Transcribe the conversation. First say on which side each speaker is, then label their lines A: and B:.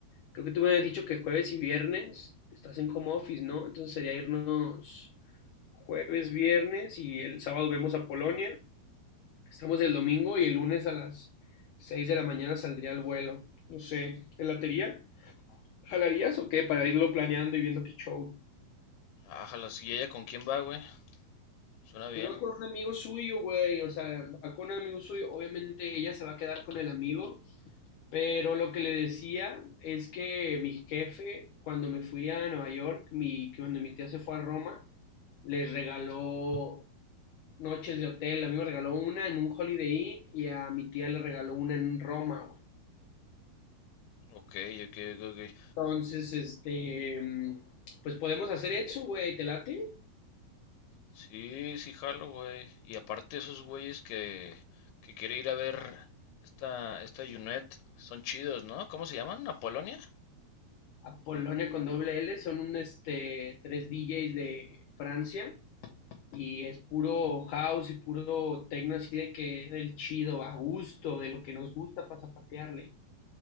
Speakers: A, on the left; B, on the left.
A: Creo que tú me habías dicho que jueves y viernes estás en home office, ¿no? Entonces sería irnos jueves, viernes y el sábado vemos a Polonia Estamos el domingo y el lunes a las 6 de la mañana saldría el vuelo. No sé, ¿te latería? ¿Jalarías o qué? Para irlo planeando y viendo qué show.
B: Ájala, sí, ella con quién va, güey? Suena bien.
A: Pues va con un amigo suyo, güey. O sea, va con un amigo suyo. Obviamente ella se va a quedar con el amigo. Pero lo que le decía es que mi jefe, cuando me fui a Nueva York, mi, cuando mi tía se fue a Roma, les regaló noches de hotel. A mí me regaló una en un Holiday Inn y a mi tía le regaló una en Roma, güey.
B: Ok, ok, ok, ok.
A: Entonces, este, pues podemos hacer eso, güey, ¿te late?
B: Sí, sí, jalo, güey. Y aparte esos güeyes que, que quiere ir a ver esta, esta Junet, son chidos, ¿no? ¿Cómo se llaman? ¿Apolonia?
A: Apolonia con doble L, son un, este, tres DJs de Francia y es puro house y puro techno así de que del chido, a gusto, de lo que nos gusta para zapatearle.